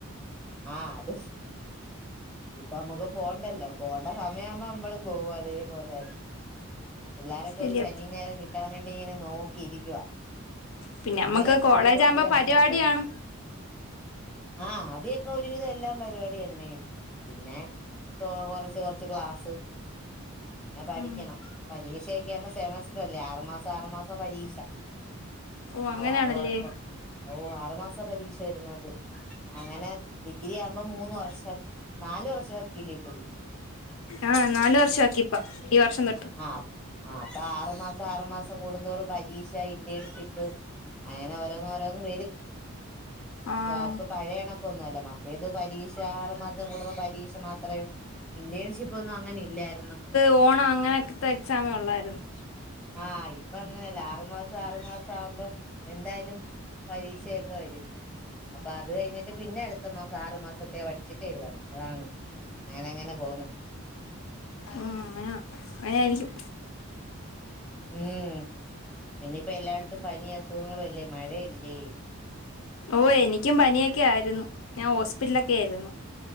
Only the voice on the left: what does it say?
ശരിയാ
പിന്നെ
നമ്മക്ക്
കോളേജ്
ആകുമ്പോ
പരിപാടി
കാണും
ഉം
ഓ അങ്ങനെയാണല്ലേ
ആഹ് നാല് വർഷം ആക്കി പ്പം. ഈ വർഷം തൊട്ട്
ആഹ്
പോണം അങ്ങനെയൊക്കത്തെ എക്സാമെ ഉള്ളായിരുന്നു
ഉം അയ അയായിരിക്കും
ഓ എനിക്കും പനിയൊക്കെ ആയിരുന്നു ഞാൻ ഹോസ്പിറ്റലൊക്കെ ആയിരുന്നു